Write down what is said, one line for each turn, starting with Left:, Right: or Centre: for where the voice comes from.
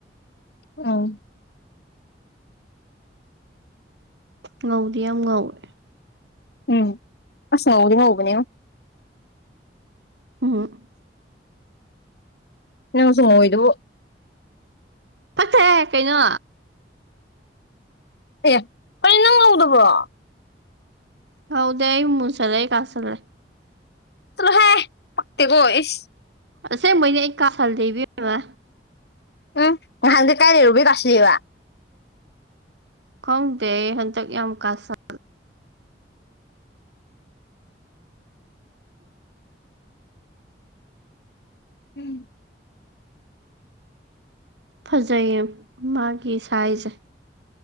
Left: ꯑꯥꯎ
Right: ꯉꯧꯗꯤ ꯌꯥꯝ ꯉꯧꯋꯦ
Left: ꯎꯝ ꯑꯁ ꯉꯧꯕꯗꯤ ꯉꯧꯕꯅꯦꯉꯣ
Right: ꯎꯝ
Left: ꯅꯪꯁꯨ ꯉꯧꯔꯤꯗꯨꯕꯨ
Right: ꯄꯛꯇꯦꯍꯦ ꯀꯩꯅꯣ
Left: ꯑꯦ ꯀꯔꯤꯅꯣ ꯅꯪ ꯉꯧꯗꯕꯔꯣ
Right: ꯉꯧꯗꯦ ꯑꯩ ꯃꯨꯁꯤꯜꯂꯦ ꯑꯩ ꯀꯥꯁꯤꯜꯂꯦ
Left: ꯆꯠꯂꯣ ꯍꯦ ꯄꯥꯛꯇꯦꯀꯣ ꯏꯁ
Right: ꯑꯁꯦꯡꯕꯩꯅꯤ ꯑꯩ ꯀꯥꯥꯁꯜꯂꯦ ꯏꯕꯦꯃꯥ
Left: ꯎꯝ ꯅꯥꯍꯥꯟꯗꯤ ꯀꯥꯏ ꯂꯩꯔꯨꯕꯩ ꯀꯥꯁꯤꯜꯂꯤꯕꯥ
Right: ꯈꯪꯗꯦ ꯑꯩ ꯍꯟꯇꯥꯛ ꯌꯥꯝ ꯀꯥꯥꯁꯤꯜꯂꯦ
Left: ꯎꯝ
Right: ꯐꯖꯩꯌꯦ ꯃꯥꯒꯤ ꯁꯥꯏꯁꯦ